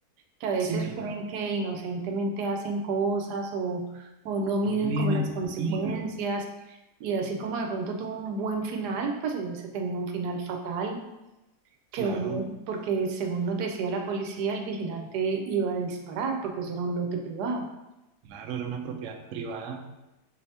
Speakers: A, on the right (about 85°); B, on the right (about 65°).
A: que a veces
B: Sí, claro,
A: creen que inocentemente hacen cosas o, o no miden
B: no viene
A: como las
B: el
A: consecuencias
B: peligro.
A: y así como de pronto tuvo un buen final, pues hubiese tenido un final fatal. que
B: Claro,
A: uno- porque según nos decía la policía, el vigilante iba a disparar porque eso era un lote privado.
B: claro, era una propiedad privada.